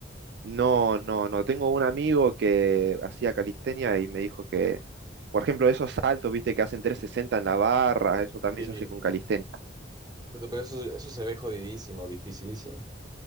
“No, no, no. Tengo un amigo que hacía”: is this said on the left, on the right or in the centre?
Right